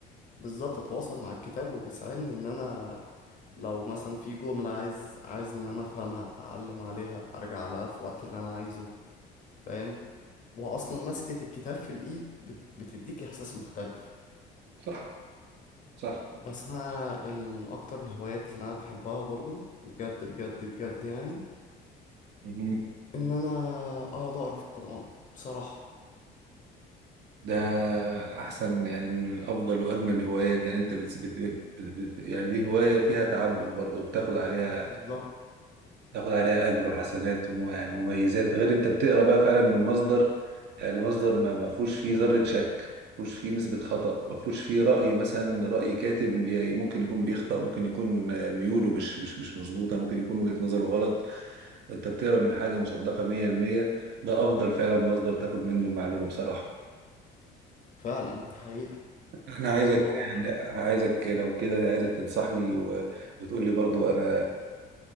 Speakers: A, on the left; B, on the right.
A: بالظبط أتواصل مع الكتاب وبيساعدني إن أنا لو مثلا في جملة عايز عايز إن أنا أفهمها أعلم عليها أرجع لها في وقت اللي أنا عايزه فاهم وأصلا مسكة الكتاب في الإيد بت... بتديك إحساس مختلف
B: صح صح
A: بس أنا يعني من أكتر الهوايات اللي أنا بحبها برضو بجد بجد بجد يعني
B: مهم.
A: إن أنا أقعد أقرأ في القرآن بصراحة
B: ده احسن يعني من افضل واجمل الهوايات يعني انت بت... بت... بت... بت... يعني دي هوايه فيها تعبد برضو بتاخد عليها
A: بالظبط
B: تاخد عليها اجر وحسنات وم... يعني مميزات غير انت بتقرا بقى فعلا من مصدر يعني مصدر ما ما فيهوش فيه ذره شك ما فيهوش فيه نسبه خطا ما فيهوش فيه راي مثلا راي كاتب يعني ممكن يكون بيخطأ ممكن يكون آه، ميوله مش مش مش مظبوطه ممكن يكون وجهه نظره غلط انت بتقرا من حاجه مصدقه 100% ده افضل فعلا مصدر تاخد منه المعلومه بصراحه
A: فعلا دي حقيقة
B: انا عايزك
A: وهو
B: عايزك لو كده عايزك تنصحني و- وتقول لي برضو انا